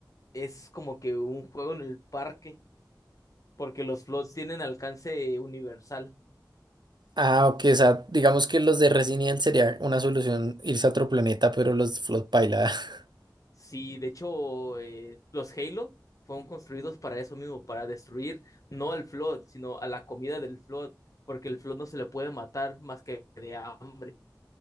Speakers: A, on the left; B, on the right.
A: es como que un juego en el parque, porque los flots tienen alcance universal.
B: Ah, ok, o sea, digamos que los de Resident Evil sería una solución irse a otro planeta, pero los flot paila. <laughs>
A: Sí, de hecho, eh, los Halo fueron construidos para eso mismo, para destruir no al flot, sino a la comida del flot, porque el flot no se le puede matar más que de hambre.